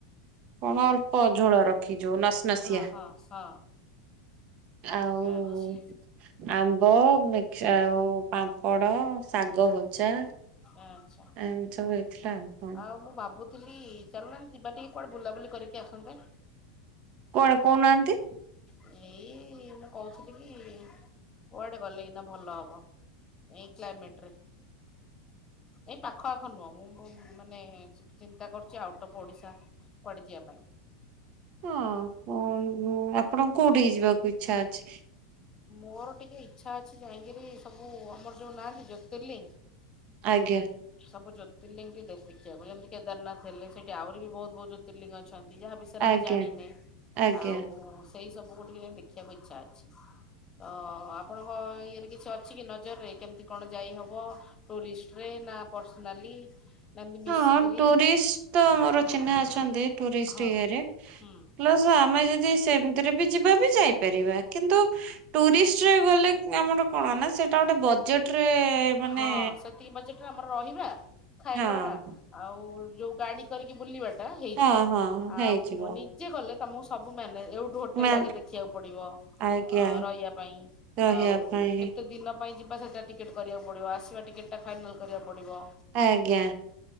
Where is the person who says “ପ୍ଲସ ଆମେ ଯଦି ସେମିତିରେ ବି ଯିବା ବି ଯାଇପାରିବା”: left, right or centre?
Right